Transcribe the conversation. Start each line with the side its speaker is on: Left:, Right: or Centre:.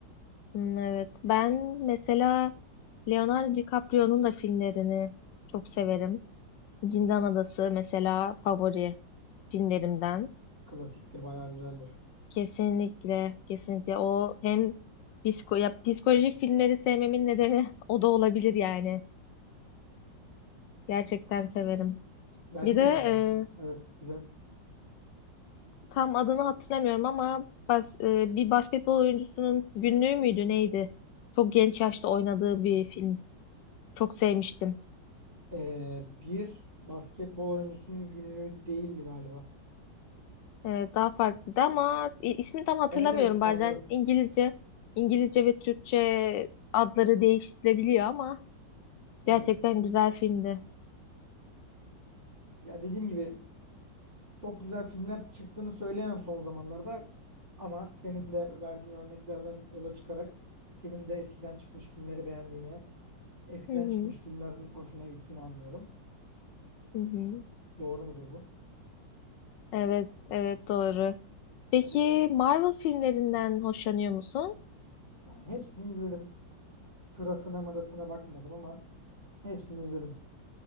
Left: Hmm, Evet. Ben mesela Leonardo DiCaprio'nun da filmlerini çok severim. Zindan Adası mesela favori filmlerimden.
Right: Klasiktir, bayağı güzeldir.
Left: Kesinlikle, kesinlikle o hem psiko ya psikolojik filmleri sevmemin nedeni <laughs> o da olabilir yani. Gerçekten severim.
Right: Ben
Left: Bir de
Right: de
Left: e,
Right: izledim. Evet, güzel.
Left: tam adını hatırlamıyorum ama bas, e, bir basketbol oyuncusunun günlüğü müydü neydi? Çok genç yaşta oynadığı bir film. Çok sevmiştim.
Right: Ee, bir basketbol oyuncusunun günlüğü değildi galiba.
Left: Ee, daha farklıydı ama i- ismini tam hatırlamıyorum.
Right: Evet evet anladım.
Left: Bazen İngilizce, İngilizce ve Türkçe adları değiştirilebiliyor ama
Right: Evet.
Left: gerçekten güzel filmdi.
Right: Ya dediğim gibi çok güzel filmler çıktığını söyleyemem son zamanlarda. Ama senin de verdiğin örneklerden yola çıkarak senin de eskiden çıkmış filmleri beğendiğini, eskiden
Left: Hı hı,
Right: çıkmış filmlerin hoşuna gittiğini anlıyorum.
Left: hı hı.
Right: Doğru mudur bu?
Left: Evet, evet doğru. Peki
Right: Evet.
Left: Marvel filmlerinden hoşlanıyor musun?
Right: Yani hepsini izledim. Sırasına mırasına bakmadım ama hepsini izledim.